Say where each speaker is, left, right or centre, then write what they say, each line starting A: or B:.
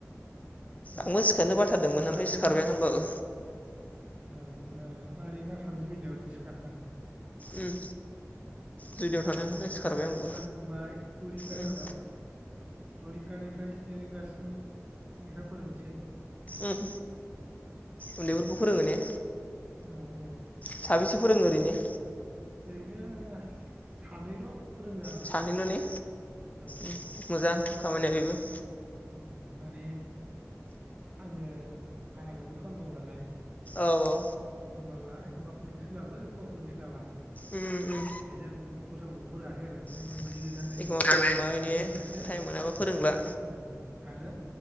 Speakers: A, on the right; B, on the left.
A: दा
B: आंबो सिखारनो बाथारदोंमोन
A: बारेंगा
B: ओमफ्राय सिखारबाय आं होनबाबो
A: ओ ओ बारें गा थामजि मिनिटावसो सिखारसै आं
B: उम
A: सिखारनानै
B: जुदियाव थानायखाय
A: मोखां सुबाय
B: सिखारबाय आंबो
A: सा लोंबाय द'रिंगा
B: उम
A: जाबाय। द' रिंगानिफ्राय स्नि रिंगासिम लेखा फोलोंनोसै।
B: उम उन्दैफोरखौ फोरोंङो ने।
A: औ औ
B: साबेसे फोरोंङो ओरैनो?
A: ओरैनो सानैल'। फोरोङो आं
B: सानैल' ने
A: औ
B: उम मोजां खामानिया बेबो
A: उम माने आंङो बाहेरावबो खामानि मावो नालाय।
B: औ औ
A: एखमबा ला एखमबा फोरोंनो सोलाबो एखमबा फोरोंनो सोलाबा।
B: उम उम
A: ओंखायनो आं दस्राफोरखौ फोरोंङाखै आरो ओमफ्राय
B: <unintelligible>
A: न'नि गोजा बे आब'नि फिसाजो
B: थाइम मोनाबा फोरोंला
A: उम आरो